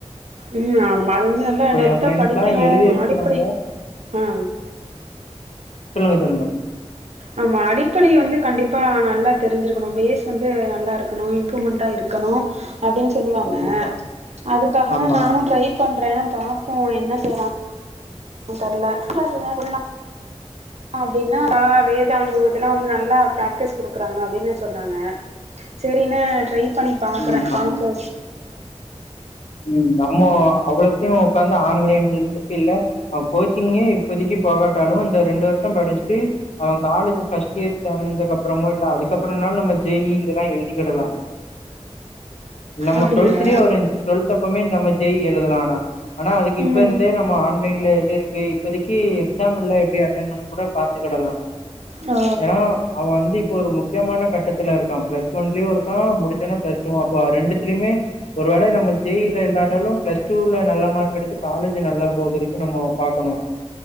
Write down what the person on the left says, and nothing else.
இப்ப
என் ஃப்ரெண்ட்ஸ்லா
எழுதி இருக்கிறாங்க
சொல்லுங்க சொல்லுங்க
கண்டிப்பா
ஆமா
ம் நம்
ம் நம்மோ அவ்ளோத்தியு உக்காந்து ஆன்லைன்ட்டு இருக்குல்ல அவன் கோச்சிங்கே இப்பதிக்கு போகாட்டாலு இந்த ரெண்டு வருஷம் படிஸ்ட்டு அவ காலேஜ் ஃபஸ்ட் இயர் சேந்தக்கப்பறமோ இல்ல அதுக்கப்பறன்னாலு நம்ம ஜே இ இதலா எழுதிக்கிடலா நம்ம
டுவெல்த்துலேயே வரு டுவெல்த்தப்பமே நம்ம ஜே இ எழுதலா ஆனா ஆனா அதுக்கு இப்பருந்தே
நம்ம ஆன்லைன்ல எது இருக்கு இப்பதக்கி எக்ஸாம்ல்ல எப்டி அட்டன் பண்ண கூட பாத்துக்கிடலா
ஏனா அவ வந்து இப்ப ஒரு முக்கியமான கட்டத்துல இருக்கா பிளஸ் ஒன்லயு இருக்கா முடிச்சோன்னே பிளஸ் டூவு அப்ப ரெண்டுத்துலயுமே ஒரு வேள நம்ம ஜே இ ல இல்லாட்டாலு பிளஸ் டூல நல்ல மார்க் எடுத்து காலேஜ் நல்லா போகறக்கு நம்ம பாக்கணு